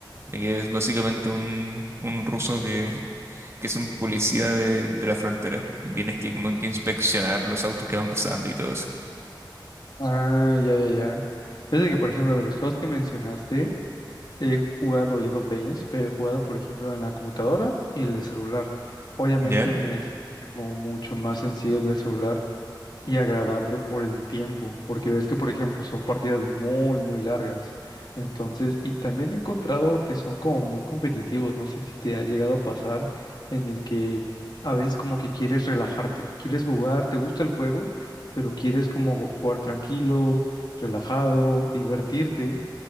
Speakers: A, on the right (about 35°); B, on the left (about 60°).
A: de que es básicamente un, un ruso que, <laughs> que es un policía de, de la frontera y tienes que como que inspeccionar los autos que van pasando y todo eso.
B: Ah, ya, ya, ya. Fíjate que, por ejemplo, de los juegos que mencionaste, he jugado League of Legends, pero he jugado, por ejemplo, en la computadora y en el celular. Obviamente
A: ¿Ya?
B: me es como mucho más sencillo el del celular y agradable por el tiempo, porque ves que, por ejemplo, son partidas muy, muy largas. Entonces, y también he encontrado que son como muy competitivos. No sé si te ha llegado a pasar en el que a veces como que quieres relajarte, quieres jugar, te gusta el juego, pero quieres como jugar tranquilo, relajado, divertirte,